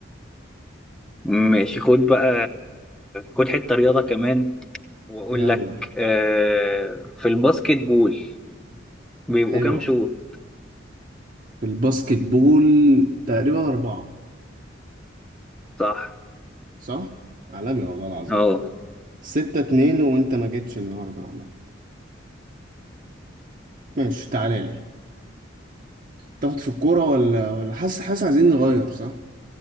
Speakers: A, in the centre; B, on the right.
A: ماشي خد بقى خد حتة رياضة كمان واقول
B: يلا
A: لك آه، في الباسكت بول بيبقوا
B: حلوة
A: كام شوط
B: في الباسكت بول تقريبا أربعة
A: صح
B: صح؟ عالمي والله العظيم
A: اه
B: ستة اتنين وأنت ما جيتش النهاردة عامة ماشي تعالى لي تاخد في الكورة ولا ولا حاسس حاسس عايزين نغير صح؟